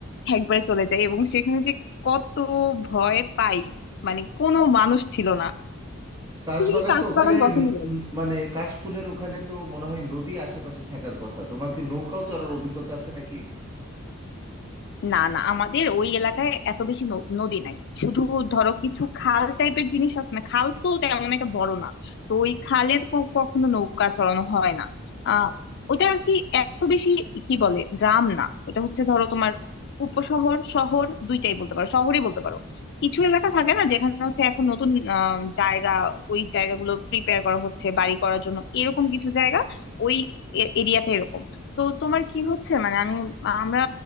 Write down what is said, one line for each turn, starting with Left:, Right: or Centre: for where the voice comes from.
Left: একবারে চলে যাই এবং সেখানে যে কত ভয় পাই মানে কোনো মানুষ ছিল না
Right: কাশবাগান
Left: তুমি কি কাশ
Right: তো ওখানে
Left: বাগান পছন্দ
Right: ন-
Left: করো
Right: ন- মানে কাশফুলের ওখানে তো মনে হয় নদী আশেপাশে থাকার কথা তোমার কি নৌকাও চড়ার অভিজ্ঞতা আছে নাকি
Left: না না আমাদের ওই এলাকায় এত বেশি ন- নদী নাই শুধু ধরো কিছু খাল টাইপের জিনিস আছে না খাল তো তেমন একটা বড় না তো ওই খালে ক- কখনো নৌকা চড়ানো হয় না আহ ওটা আর কি এত বেশি কি বলে গ্রাম না ওটা হচ্ছে ধরো তোমার উপশহর শহর দুইটাই বলতে পারো শহরই বলতে পারো কিছু এলাকা থাকে না যেখানে হচ্ছে এখন নতুন আহ, জায়গা ওই জায়গাগুলো প্রিপেয়ার করা হচ্ছে বাড়ি করার জন্য এরকম কিছু জায়গা ওই এরিয়াতে এরকম তো তোমার কি হচ্ছে মানে আমি আমরা